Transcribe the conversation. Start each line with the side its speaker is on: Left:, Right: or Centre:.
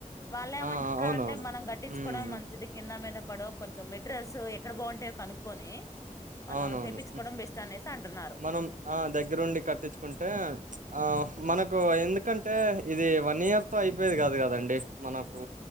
Left: వాళ్ళు ఏమంటున్నార
Right: ఆ అవునవును
Left: అంటే మనం గట్టిచ్చుకోవడం
Right: హ్మ్
Left: మంచిది కింద మీద పడం కొంచెం మెటీరియల్స్ ఎక్కడ బాగుంటయో కనుక్కొని మనం
Right: అవునవును
Left: తెప్పించుకోవడం బెస్ట్ అనేసి అంటున్నారు
Right: మనం ఆ దగ్గరుండి కట్టించుకుంటే ఆ మనకు ఎందుకంటే ఇది నియర్ త అయిపోయది కాదు కదండి మనకు